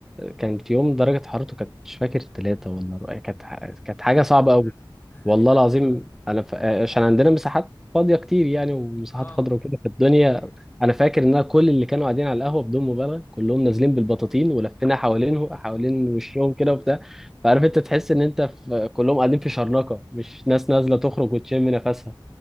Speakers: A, in the centre; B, on the left.
A: كان في يوم درجة حرارته كانت مش فاكر ثلاثة ولا ربع- كانت ح- كانت حاجة
B: يا نهار
A: صعبة
B: ازرق
A: قوي
B: ده ده
A: والله
B: ايه ده
A: العظيم انا ف... عشان عندنا مساحات فاضيه كتير يعني ومساحات
B: اه
A: خضراء وكده في الدنيا
B: ايوه
A: انا فاكر ان أنا كل اللي كانوا قاعدين على القهوه بدون مبالغه كلهم نازلين بالبطاطين ولفينا حوالينه حوالين وشهم كده وبتاع فعارف انت تحس ان انت في... كلهم قاعدين في شرنقه مش ناس نازله تخرج وتشم نفسها